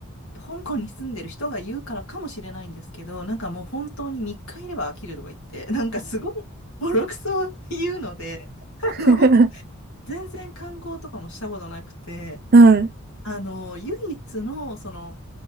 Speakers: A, on the left; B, on the right.
A: 香港に住んでる人が言うからかもしれないんですけど、なんかもう本当に3日いれば飽きるとか言って、なんかすごいボロクソ言うので、あの、
B: <laughs>
A: 全然観光とかもしたことなくて、
B: はい、
A: あの、唯一の、その、